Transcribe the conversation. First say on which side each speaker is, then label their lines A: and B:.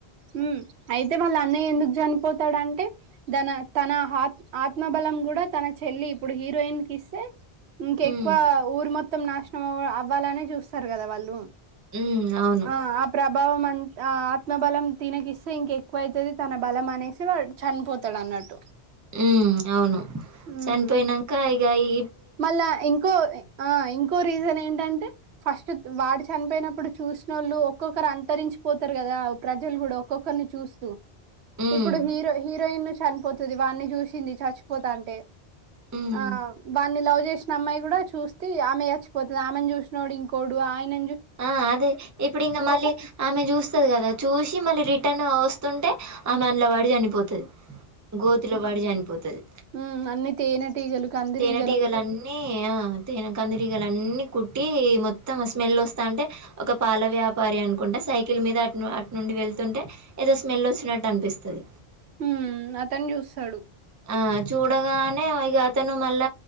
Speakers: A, on the right; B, on the right.
A: ఉమ్ అయితే వాళ్ళ అన్నయ్య ఎందుకు జన్ పోతాడంటే దన తన ఆత్ ఆత్మబలం కూడా తన చెల్లి ఇప్పుడు హీరోయిన్ కిస్తే ఇంక
B: ఉమ్
A: ఎక్కువ ఊర్ మొత్ త్తం నాశనం అవ్ అవ్వాలనే చూస్తారు కదా వాళ్ళు
B: ఉమ్ అవును
A: ఆ ప్రభావం ఆ ఆత్మబలం తినకిస్తే ఇంక ఎక్కువ అయితది తన బలం అనేసి వాడు చనిపోతడ్ అన్నట్టు
B: ఉమ్ అవును
A: ఉమ్
B: చనిపోయినాంక ఇగ ఇ
A: మళ్ళా ఇంకో ఆ ఇంకో రీజన్ ఏంటంటే. ఫస్ట్ వాడు చనిపోయినప్పుడు చూసిన ఒళ్ళు ఒక్కొక్కరు అంతరించిపోతరు కదా. ప్రజలు కుడ ఒక్కొక్కరిని చూస్తూ.
B: ఉమ్
A: ఇప్పుడు హీరో హీరోయిన్ చన్పోతది వాడిని చూసింది చచ్చిపోత అంటే
B: ఉమ్
A: ఆ లవ్ చేసిన అమ్మాయి గూడా చూస్తే ఆమె చచ్చిపోతుంది ఆమెను చూసినోడు ఇంకోడు ఆయన
B: ఆ అదే ఇప్పుడు ఇంగ మళ్ళీ ఆమె చూస్తది కదా చూసి మళ్ళీ రిట్ ట్టన్ వస్తుంటే ఆమె అనలోవడి చనిపోతది గోతులొబడి జనిపోతది
A: ఉమ్ అన్ని తేనెటీగలు కందిరీగలు
B: తేనటిగలన్నీ ఆ తేన కందిరిగలన్నీ కుట్టి మొత్తం స్మెల్ వస్తా అంటే ఒక పాల వ్యాపారి అనుకుంటే సైకిల్ మీద అటు అటు నుండి వెళ్తుంటే ఏదో స్మెల్ వచ్చినట్టు అనిపిస్తది
A: హ్మ్ అతను జూస్తాడు.
B: ఆ చూడగా ఏమో ఇగ అత్ అతను మళ్ళ